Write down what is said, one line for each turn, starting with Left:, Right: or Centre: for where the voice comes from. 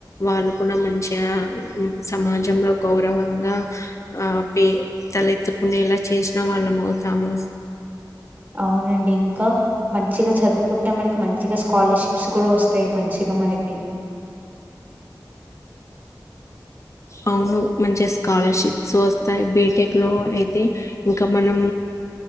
Left: వాళ్ళు కూడా మంచిగా సమాజంలో గౌరవంగా ఆ పే తలెత్తుకునేలా చేసిన వాళ్ళం అవుతాము
Right: అవునండి ఇంకా మంచిగా చదువుకుంటే మనకి మంచిగా స్కాలర్షిప్స్ కూడా వస్తాయి మంచిగా మనకి
Left: అవును మంచిగా స్కాలర్షిప్స్ వస్తాయి బీటెక్లో అయితే ఇంకా మనం